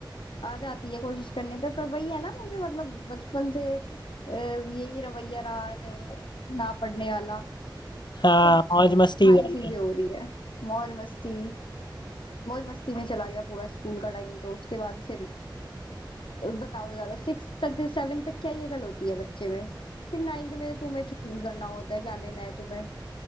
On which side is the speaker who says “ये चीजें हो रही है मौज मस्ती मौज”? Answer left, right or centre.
Left